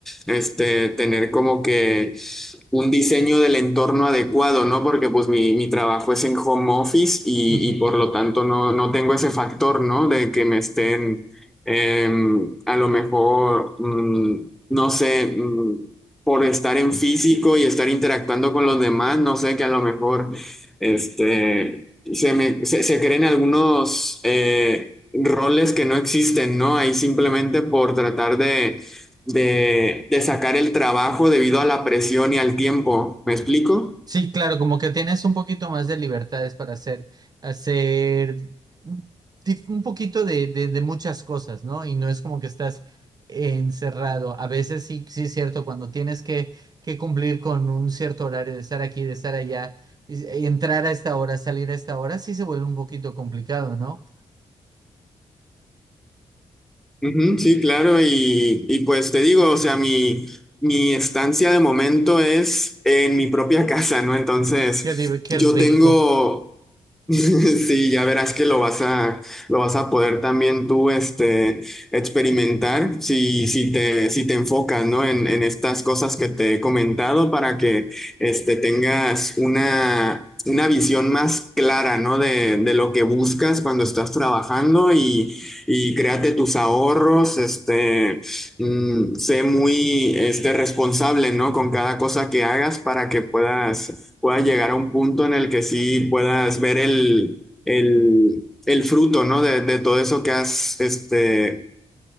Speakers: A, in the centre; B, on the right.
A: este, tener como que un diseño del entorno adecuado, ¿no? Porque pues mi, mi trabajo es en home office y,
B: Ujú.
A: y por lo tanto no, no tengo ese factor, ¿no? De que me estén eh, a lo mejor, mm, no sé, mm, por estar en físico y estar interactuando con los demás, no sé, que a lo mejor este, se, me, se, se creen algunos eh, roles que no existen, ¿no? Ahí simplemente por tratar de de, de sacar el trabajo debido a la presión y al tiempo. ¿Me explico?
B: Sí, claro, como que tienes un poquito más de libertades para hacer, hacer un dif- un poquito de, de- de muchas cosas, ¿no? Y no es como que estás encerrado. A veces sí, sí es cierto, cuando tienes que, que cumplir con un cierto horario de estar aquí, de estar allá, y- y entrar a esta hora, salir a esta hora, sí se vuelve un poquito complicado, ¿no?
A: Ujú, sí, claro, y, y pues te digo, o sea, mi, mi estancia de momento es en mi propia <laughs> casa, ¿no? Entonces,
B: Yo digo, qué
A: yo
B: rico.
A: tengo <laughs> Sí, ya verás que lo vas a, lo vas a poder también tú, este, experimentar si, si te, si te enfocas, ¿no? En, en estas cosas que te he comentado para que, este, tengas una, una visión más clara, ¿no? De, de lo que buscas cuando estás trabajando y, y créate tus ahorros, este, mm, sé muy, este, responsable, ¿no? Con cada cosa que hagas para que puedas puedas llegar a un punto en el que sí puedas ver el, el, el fruto, ¿no? De, de todo eso que has este,